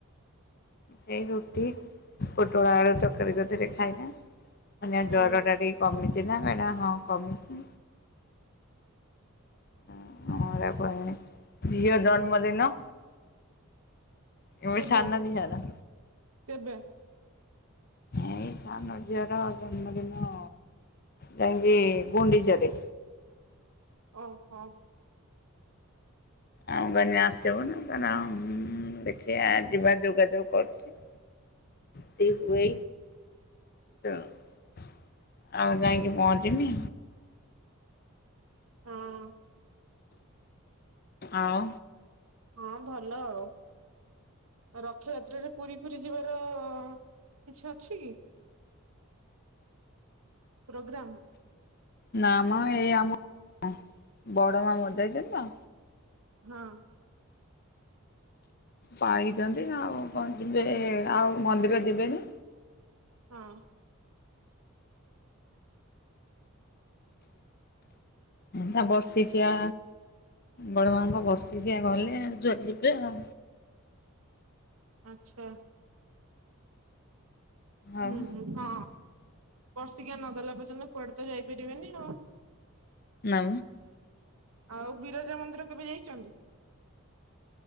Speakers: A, on the left; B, on the right.
A: ସେଇ ରୁଟି ପୋଟଳ ଆଳୁ ତରକାରୀ କରିଥଲେ ଖାଇଲେ। ମୁ କହିଲି
B: ହଁ
A: ଜ୍ୱରଟା ଟିକେ କମିଛି ନା ହଁ କମିଛି। <unintelligible> ଝିଅ ଜନ୍ମଦିନ। ମୋରି
B: କେବେ
A: ସାନ ଝିଅ ର
B: କେବେ?
A: ଏଇ ସାନ ଝିଅର ଜନ୍ମଦିନ ଯାଇକି ଗୁଣ୍ଡିଚାରେ।
B: ଓହୋ।
A: ଆଉ କହିଲି ଆସିବୁ ନା କହିଲା ଦେଖିବା ଯିବା ଯୋଗାଯୋଗ କରୁଛି।
B: <inaudible>
A: ସେ କୁହେ ଆଉ ଯାଇକି ପହଞ୍ଚିମି।
B: ହଁ।
A: ଆଉ
B: ହଁ ଭଲ ଆଉ ରଥଯାତ୍ରାରେ ପୁରୀ ଫୁରୀ ଯିବାର କିଛି ଅଛି? ପ୍ରୋଗ୍ରାମ?
A: ନା ମ ଏଇ ଆମ ବଡ଼ ମା ମରିଯାଇଛନ୍ତି ତ
B: ହଁ।
A: ପାଲିଛନ୍ତି ଆଉ କଣ ଯିବେ ଆଉ ମନ୍ଦିର ଯିବେନି।
B: ହଁ। <inaudible>
A: ତା ବର୍ଷିକିଆ ବଡ ମାଙ୍କ ବର୍ଷିକିଆ ଗଲେ ଯୁଆଡେ ଯିବେ ଆଉ
B: ଆଛା।
A: ଆଉ
B: ହୁଁ ହଁ। ବର୍ସିକା ନଗଲା ପର୍ଯ୍ୟନ୍ତ କୁଆଡେ ତ ଯାଇପାରିବେନି ଆଉ
A: ନା।
B: ଆଉ ବିରଜା ମନ୍ଦିର କେବେ ଯାଇଛନ୍ତି?